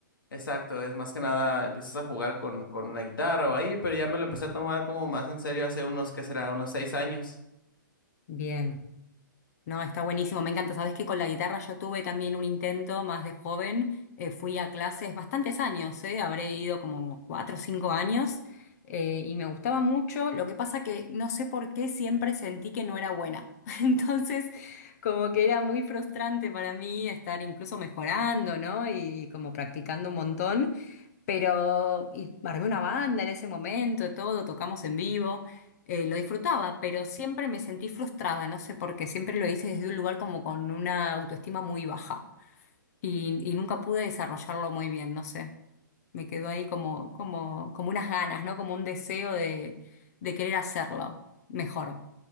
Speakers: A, on the left; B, on the left.
A: exacto, es más que nada empiezas a jugar con, con una guitarra o ahí, pero ya me lo empecé a tomar como más en serio hace unos, ¿qué será? Unos seis años.
B: Bien. No, está buenísimo, me encanta. Sabes que con la guitarra yo tuve también un intento más de joven. eh, fui a clases bastantes años, eh, habré ido como cuatro o cinco años eh, y me gustaba mucho. Lo que pasa que no sé por qué siempre sentí que no era buena. <laughs> Entonces, como que era muy frustrante para mí estar incluso mejorando, ¿no? Y como practicando un montón. Pero, y armé una banda en ese momento, todo, tocamos en vivo, eh, lo disfrutaba, pero siempre me sentí frustrada, no sé por qué, siempre lo hice desde un lugar como con una autoestima muy baja y, y nunca pude desarrollarlo muy bien, no sé, me quedó ahí como, como, como unas ganas, ¿no? Como un deseo de, de querer hacerlo mejor,